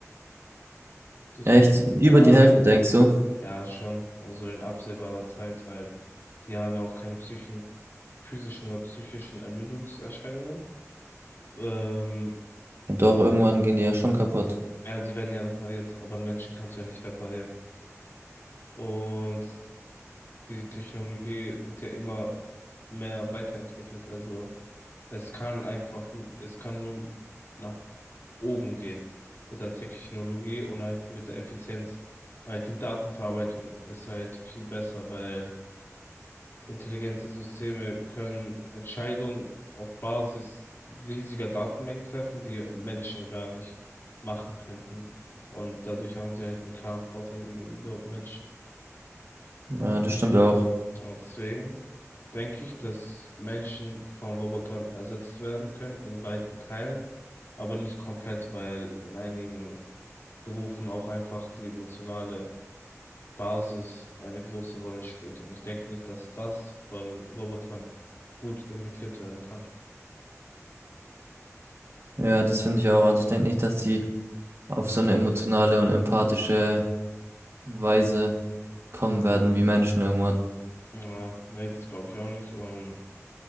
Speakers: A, on the left (about 50°); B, on the right (about 50°).
A: Das
B: Ja,
A: so,
B: Echt, über
A: ja,
B: die Hälfte denkst du?
A: ja, schon. Also in absehbarer Zeit, weil die haben ja auch keine psychischen, physischen oder psychischen Ermüdungserscheinungen. Ähm,
B: Ja, Doch, irgendwann gehen die ja schon kaputt.
A: ja, die werden ja repariert, aber einen Menschen kannst du ja nicht reparieren. Und die Technologie wird ja immer mehr weiterentwickelt. Also. Es kann einfach, es kann nur nach oben gehen mit der Technologie und halt mit der Effizienz. Halt die Datenverarbeitung ist halt viel besser, weil intelligente Systeme können Entscheidungen auf Basis riesiger Datenmengen treffen, die Menschen gar nicht machen könnten. Und dadurch haben sie halt einen klaren Vorteil gegenüber Menschen.
B: Ja, das stimmt auch.
A: Und deswegen denke ich, dass Menschen von Robotern ersetzt werden können in weiten Teilen, aber nicht komplett, weil in einigen Berufen auch einfach die emotionale Basis eine große Rolle spielt. Und ich denke nicht, dass das von Robotern gut imitiert werden kann.
B: Ja, das finde ich auch. Also ich denke nicht, dass die auf so eine emotionale und empathische Weise kommen werden wie Menschen irgendwann.
A: Ja, nee, das glaube ich auch nicht. Und